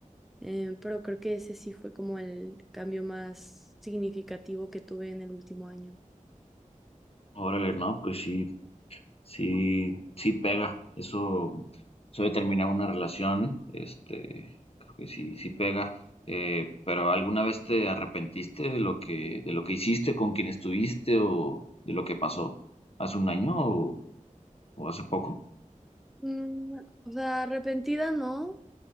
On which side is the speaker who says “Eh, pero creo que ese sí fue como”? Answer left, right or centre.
Centre